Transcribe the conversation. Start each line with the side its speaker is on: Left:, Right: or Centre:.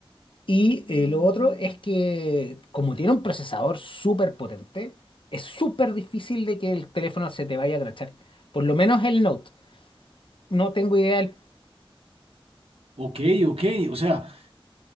Left: Y eh, lo otro es que como tiene un procesador súper potente, es súper difícil de que el teléfono se te vaya a crachar. Por lo menos el Note. No tengo idea
Right: Ok, ok, o sea,